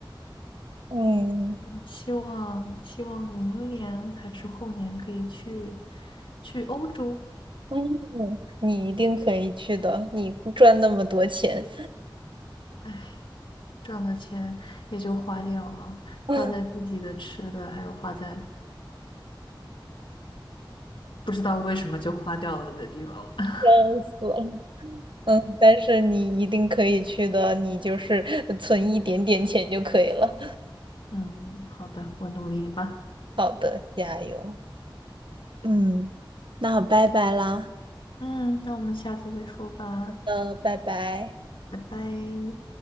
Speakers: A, on the right (about 70°); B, on the left (about 75°).
A: 嗯
B: 希望希望明年还是后年可以去去欧洲，
A: 嗯，你一定可以去的，你赚那么多钱。
B: 哎，赚的钱也就花掉了，花在自己的吃的，
A: <laughs>
B: 还有花在不知道为什么就花掉了的地方了。<laughs>
A: 笑死了，嗯，但是你一定可以去的，你就是呃存一点点钱就可以了。
B: 嗯，好的，我努力吧。
A: 好的，加油，嗯，那拜拜啦。
B: 嗯，那我们下次再说吧，
A: 嗯，拜拜。
B: 拜拜。